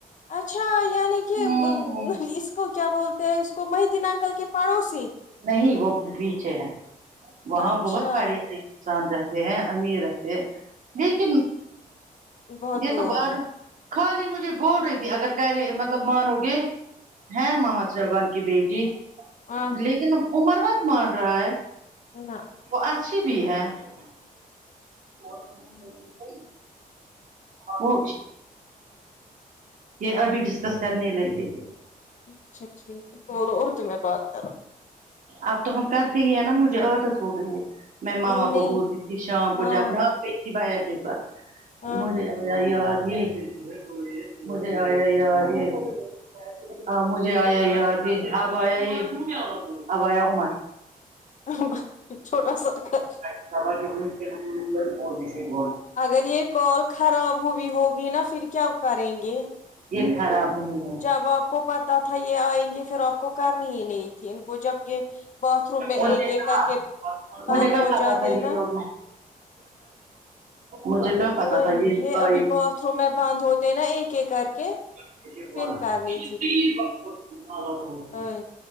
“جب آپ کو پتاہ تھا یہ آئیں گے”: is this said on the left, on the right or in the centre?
Left